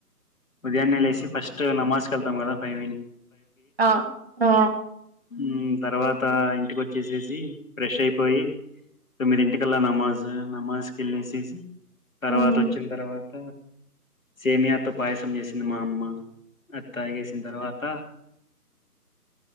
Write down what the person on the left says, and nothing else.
ఉదయాన్నే లేేసి ఫస్ట్ నమాజ్కి వెళ్తాం కదా ఫైవ్ ఇ
మ్ తర్వాత ఇంటికి వచ్చేసేసి, ఫ్రెష్ అయిపోయి, తోమింటికల్లా నమ్మా జ నమాజ్ కిలిసేసి తర్వాత
వచ్చిన తర్వాత సేమియాతో పాయసం చేసింది మా అమ్మ అత్తాగేసిన తర్వాత